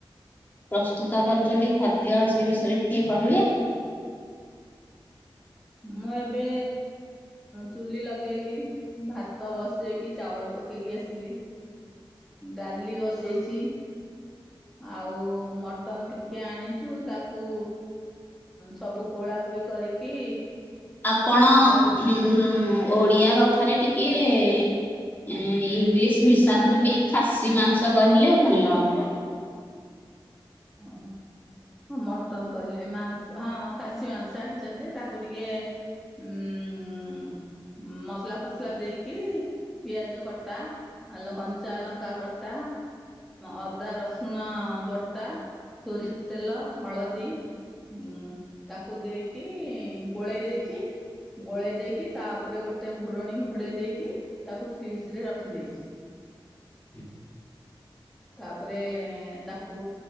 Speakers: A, on the left (about 20°); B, in the centre.
A: ପ୍ରସ୍ତୁତ କରିଚନ୍ତି ଖାଦ୍ୟ ସେ ବିଷୟରେ ଟିକେ କହିବେ?
B: ମୁଁ ଏବେ ଚୁଲି ଲଗେଇଲି, ଭାତ ବସେଇକି ଚାଉଳ ପକେଇକି ଆସିଲି। ଡାଲି ବସେଇଚି ଆଉ ମଟନ ଟିକେ ଆଣିଛୁ ତାକୁ ସବୁ ଗୋଳା ଗୋଳି ଗୋଳି କରିକି
A: ଆପଣ
B: ତାକୁ
A: ଉମ୍ ଓଡିଆ କଥାରେ ଟିକେ ଏ ଇଂଲିଶ ମିଶାନ୍ତୁନି, ଖାସି ମାଂସ କହିଲେ ଭଲ ହବ।
B: ଓହୋ। ହଁ ମଟନ କହିଲେ ମାଂସ ହଁ ଖାସି ମାଂସ ଆଣିଚନ୍ତି ତାକୁ ଟିକେ ଉମ୍ ଉମ୍ ମସଲା ଫସଲା ଦେଇକି ପିଆଜ କଟା, ଆ କଞ୍ଚା ଲଙ୍କା କଟା ଅଦା ରସୁଣ ବଟା, ସୋରିଷ ତେଲ, ହଳଦୀ ଉମ୍ ତାକୁ ଦେଇକି ଗୋଳେଇ ଦେଇଚି ଗୋଳେଇ ଦେଇକି ତା ଉପରେ ଗୋଟେ ଘୋଡ଼ଣୀ ଘୋଡ଼େଇ ଦେଇକି ତାକୁ ଫ୍ରିଜରେ ରଖିଦେଇଛି।
A: ହୁଁ
B: ତାପରେ ତାକୁ